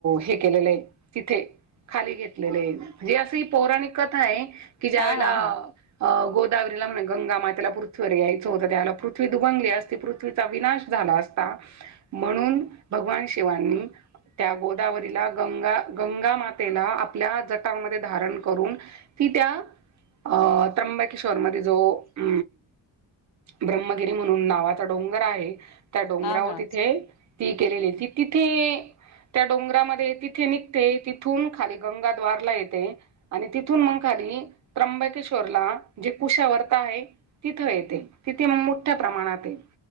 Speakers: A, on the right; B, on the left.
A: हे केलेलं आहे तिथे खाली घेतलेले आहे जे अशी पौराणिक कथा आहे की ज्या
B: हा
A: वेळेला
B: हा हा
A: अ गोदावरीला म्हण गंगा मातेला पृथ्वीवर यायचं होतं त्याला पृथ्वी दुबंगली असती पृथ्वीचा विनाश झाला असता म्हणून भगवान शिवांनी त्या गोदावरीला गंगा गंगा मातेला आपल्या जटामध्ये धारण करून ती त्या अं त्र्यंबकेश्वर मध्ये जो अ ब्रह्मगिरी म्हणून नावाचा डोंगर आहे त्या डोंगराव
B: हा हा
A: तिथे ती केलेली ती तिथे त्या डोंगरामध्ये तिथे निघते तिथून खाली गंगाद्वारला येते आणि तिथून मग खाली त्र्यंबकेश्वरला जे कुशा वर्ता आहे तिथं येते तिथे मग मोठ्या प्रमाणात आहे